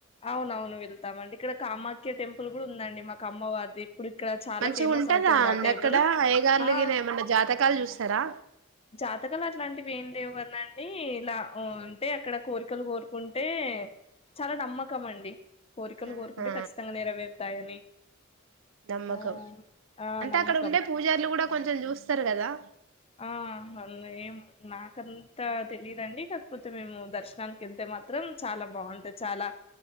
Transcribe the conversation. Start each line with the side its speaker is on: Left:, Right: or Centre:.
Left: అవున అవును వెళ్తామ అండి ఇక్కడ కామాఖ్య టెంపుల్ కూడా ఉందండి మాకు అమ్మవారిది ఇప్పుడు ఇక్కడ చాలా
Right: మంచిగా
Left: ఫేమస్
Right: ఉంటదా
Left: అవుతుంది
Right: అండి
Left: ఆ టేబుల్
Right: అక్కడ అయ్యగార్లు
Left: ఆ
Right: గిన ఏమన్నా జాతకాలు చూస్తారా
Left: జాతకాలు అట్లాంటివి ఏంటి లేవు కన్నాండి ఇలా అంటే అక్కడ కోరికలు కోరుకుంటే చాలా నమ్మక క్కమండి కోరికలు
Right: ఆహా
Left: కోరుకుంటే ఖచ్చితంగా నెరవేరుతాయని
Right: నమ్మకం
Left: ఆ ఆ
Right: అంటే
Left: నమ్మకం
Right: అక్కడ ఉండే పూజలు కూడా కొంచెం చూస్తారు కదా
Left: ఆ అం నాకంతా తెలిదండి కాకపోతే మేము దర్శనానికి వెళ్తే మాత్రం చాలా బాగుంటది చాలా